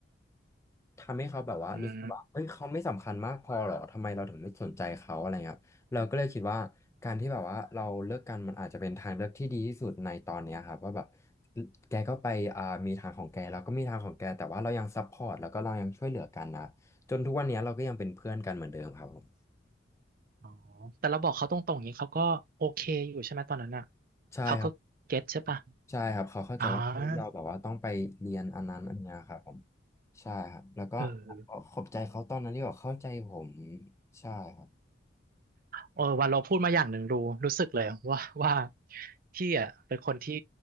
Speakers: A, on the left (about 15°); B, on the right (about 50°).
A: ทำให้เขาแบบว่ารู้สึกว่าเฮ้ยเขาไม่สำคัญมากพอหรอทำไมเราถึงไม่สนใจเขาอะไรเงี้ยครับเราก็เลยคิดว่าการที่แบบว่าเราเลิกกันมันอาจจะเป็นทางเลือกที่ดีที่สุดในตอนเนี้ยครับว่าแบบ
B: อืม
A: แกก็ไปอ่ามีทางของแกเราก็มีทางของแกแต่ว่าเรายังซัพพอร์ตแล้วก็เรายังช่วยเหลือกันนะจนทุกวันเนี้ยเราก็ยังเป็นเพื่อนกันเหมือนเดิมครับผม
B: อ๋อแต่เราบอกเขาตรงๆอย่างนี้เขาก็โอเคอยู่ใช่ไหมตอนนั้นอ่ะ
A: ใช่ครับ
B: เขาก็เก็ตใช่ปะ
A: ใช่ครับเขาเข้าใจว่าเราแบบว่าต้องไปเรียนอันนั้นอันเนี้ยครับผม
B: อ่า
A: ใช่ครับแล้วก็
B: เออ
A: ขอบใจเขาตอนนั้นที่แบบเข้าใจผมใช่ครับ
B: เออวันเราพูดมาอย่างหนึ่งรู้รู้สึกเลยว่าว่าพี่อ่ะเป็นคนที่